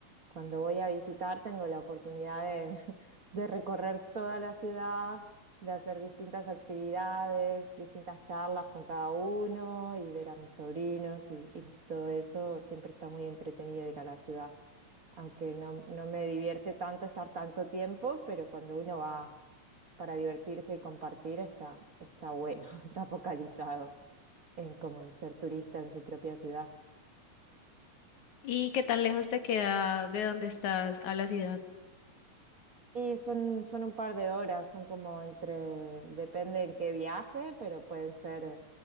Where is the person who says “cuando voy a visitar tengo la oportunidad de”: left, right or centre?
Right